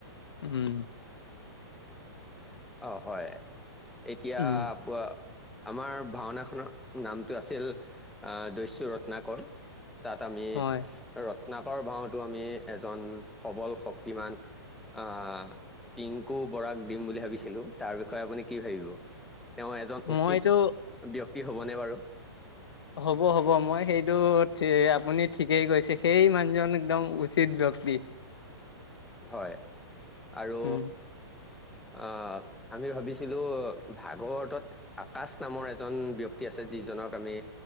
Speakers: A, on the left; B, in the centre.
A: উম।
B: অ' হয় এতিয়া
A: উম
B: আপ আমাৰ ভাওনাখনৰ নামটো আছিল, দস্যু ৰত্নাকৰ। তাত আমি
A: হয়
B: ৰ নাকৰ ভাওঁতো আমি এজন সবল শক্তিমান আহ পিংকু বৰাক দিম বুলি ভাবিছিলো তাৰ বিষয়ে আপুনি কি ভাব তেওঁ এজন
A: মইতো
B: উচিত হ'বনে বাৰু।
A: হ'ব, হ'ব মই সেইটো আপুনি ঠিকেই কৈছে সেই মানুহজন একদম উচিত শক্তি
B: হয় আৰু
A: উম
B: অ' আমি ভাবিছিলো ভাগৱতত আকাশ নামৰ এজন ব্যক্তি আছে যিজন আমি